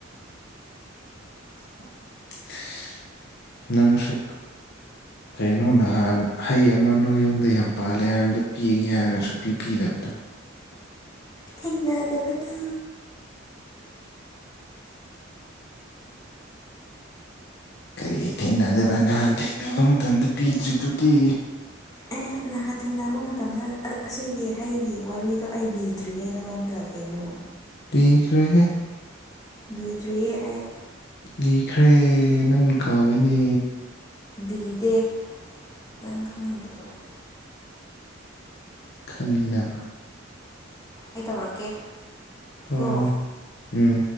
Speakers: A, on the left (about 55°); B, on the left (about 20°).
A: <unintelligible> ꯅꯪꯁꯨꯛ ꯀꯩꯅꯣ ꯅꯍꯥꯟ ꯍꯩ ꯑꯃ ꯅꯣꯏ ꯌꯨꯝꯗ ꯌꯥꯝ ꯄꯥꯜꯂꯦ ꯍꯥꯏꯕꯗꯣ ꯄꯤꯒꯦ ꯍꯥꯏꯔ ꯁꯨꯛꯄꯤ ꯄꯤꯕꯤꯗꯕꯗꯨ
B: ꯊ‌ꯦꯡꯅꯗꯕꯗꯣ
A: ꯀꯔꯤ ꯊꯦꯡꯅꯗꯕ ꯅꯍꯥꯟ ꯊꯦꯡꯅꯕ ꯃꯇꯝꯗ ꯄꯤꯗ꯭ꯔꯤꯗꯨꯗꯤ
B: ꯑꯦ ꯅꯍꯥꯟ ꯊꯦꯡꯅꯕ ꯃꯇꯝꯗ ꯑꯁꯤꯒꯤ ꯍꯩꯒꯤ ꯋꯥꯔꯤꯗꯣ ꯑꯩ ꯂꯤꯗ꯭ꯔꯤꯌꯦ ꯅꯪꯉꯣꯟꯗ ꯀꯩꯅꯣ
A: ꯂꯤꯈꯔꯦꯍ‌ꯦ
B: ꯂꯤꯗ꯭ꯔꯤꯌꯦ ꯑꯩ
A: ꯂꯤꯈ꯭ꯔꯦ ꯅꯪ ꯀꯥꯎꯏꯅꯦ
B: ꯂꯤꯗꯦ ꯅꯪ ꯈꯪꯗꯕꯔ‌ꯣ
A: ꯈꯪꯉꯤꯅ
B: ꯑꯩ ꯇꯧꯔꯛꯀꯦ
A: ꯍꯣꯏ
B: ꯀꯣ
A: ꯍꯣꯏ ꯎꯝ